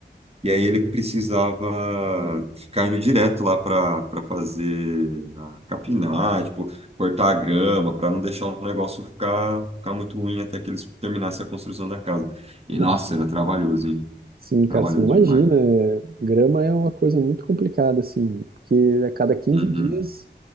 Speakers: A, on the right; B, on the right.
A: e aí ele precisava ficar indo direto lá para para fazer, a capinar, tipo, cortar a grama, para não deixar o negócio ficar, ficar muito ruim até que eles terminassem a construção da casa. E,
B: Nossa.
A: nossa, era trabalhoso, hein?
B: Sim,
A: Trabalhoso
B: cara, você não imagina.
A: demais.
B: é, Grama é uma coisa muito complicada, assim, porque a cada quinze
A: Uhum,
B: dias,